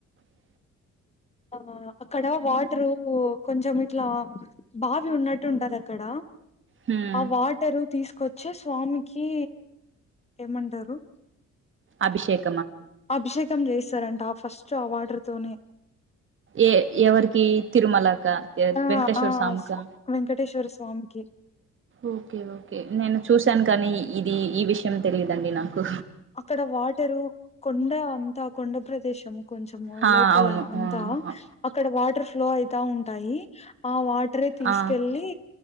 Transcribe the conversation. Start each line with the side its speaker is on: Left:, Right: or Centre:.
Right: అ
Left: ఆ అక్కడ వాటరు కొంచెం ఇట్లా బావి ఉన్నట్టు ఉంటది అక్కడ
Right: హ్మ్
Left: ఆ వాటరు తీసుకొచ్చే స్వామికి ఏమంటారు
Right: అభిషేక్
Left: అభిషేకం చేస్తారంట ఫస్ట్ ఆ వాటర్తోనే
Right: ఏ ఎవరికి తిరుమల కా
Left: ఆ
Right: వెంకటేశ్వర
Left: ఆ
Right: స్వామి
Left: స్వ
Right: కా
Left: వెంకటేశ్వర స్వామికి
Right: ఓకే ఓకే నేను చూశాను కానీ ఇది ఈ విషయం తెలీదండి నాకు
Left: అక్కడ వాటరు కొండ అంతా కొండ ప్రదేశము కొంచము
Right: ఆ
Left: లోపల
Right: అవును
Left: అంతా
Right: ఆ
Left: అక్కడ వాటర్ ఫ్లో అయితా ఉంటాయి ఆ వాట్ ట్రే తీసుకెళ్ళలి
Right: ఆ